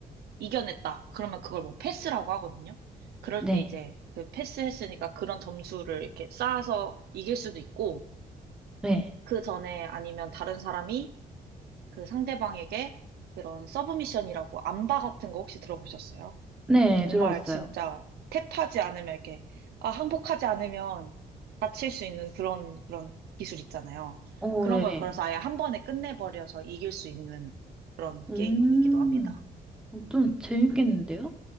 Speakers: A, on the right; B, in the centre.
A: 이겨냈다. 그러면 그걸 뭐 패스라고 하거든요. 그럴
B: 네.
A: 때 이제 그 패스했으니까 그런 점수를 이렇게 쌓아서 이길 수도 있고,
B: 네.
A: 그 전에 아니면 다른 사람이 그 상대방에게 그런 서브미션이라고 안바 같은 거 혹시 들어보셨어요?
B: 네.
A: 정말
B: 들어봤어요.
A: 진짜 탭하지 않으면 이렇게, 아, 항복하지 않으면 다칠 수 있는 그런, 그런 기술 있잖아요.
B: 오,
A: 그런
B: 네.
A: 걸 걸어서 아예 한 번에 끝내버려서 이길 수 있는 그런
B: 음,
A: 게임이기도 합니다.
B: 어, 좀 재밌겠는데요?